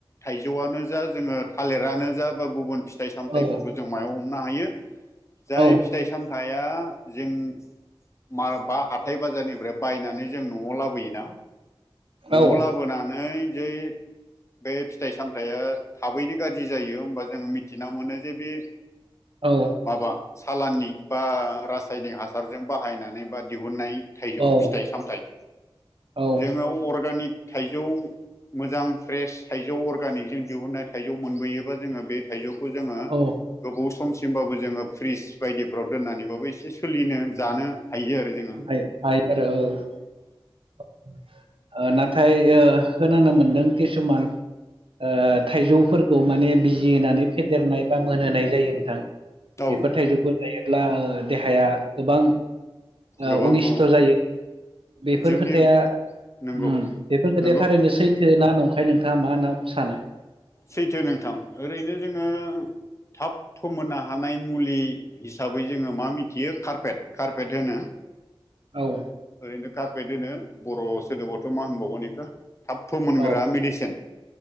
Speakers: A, on the left; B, on the right.
A: थाइजौआनो जा जोङो थालिरानो जा बा गुबुन फिथाइ सामथायाइफोरखौ
B: औ
A: जों मायाव हमनो हायो जाय
B: औ
A: फिथाइ सामथाइया जों मारल बा हाथाय बाजारनिफ्राय बायनानै जों न'आव लाबोयोना। न'आव
B: औ
A: लाबोनानै जै बे फिथाइ सामथायाइया थाबैनो गाज्रि जायो होमबा जोङो मिथिना मोनो जे बे
B: औ
A: माबा सालाननि बा रासायनिक हासारजों बाहायनानै बा दिहुननाय थाइजौ
B: औ
A: फिथाइ सामथाय
B: औ
A: जोङो अर्गानिक थाइजौ। मोजां फ्रेस थाइजौ अर्गानिकजों दिहुननाय थाइजौ मोनबोयोबा जोङो बे थाइजौ जोङो
B: औ
A: गोबाव समसिमबाबो जोङो फ्रिस बायदिफ्राव दोननानैबाबो एसे सोलिनो। जानो हायो आरो। जोङो
B: हाय-हायोथ' आरो औ। ओ-नाथाय ओ खोनानो मोनदों किसुमान ओ थाइजौफोरखौ माने बिजि होनानै फेदेरनाय बा मोनहोनाय जायो नोंथां। बेफोर
A: औ
B: थाइजौखौ जायोब्ला देहाया गोबां ओ-अनिस्थ'
A: गोबां औ
B: जायो। बेफोर
A: जोंनि
B: खोथाया ओम।
A: नंगौ
B: बेफोर खोथाया
A: नंगौ
B: थारैनो सैथ थोना नंखाय नोंथाङा मा ना सानो?
A: सैथो नोंथां ओरैनो जोङो थाब फोमोननो हानाय मुलि। हिसाबै जोङो मा मिथियो कारपेट कारपेट होनो।
B: औ
A: ओरैनो कारपेट होनो बर' सोदोबावथ' मा होनबावगोन इसोर? थाब फोमोनग्रा
B: औ
A: मेडिसिन।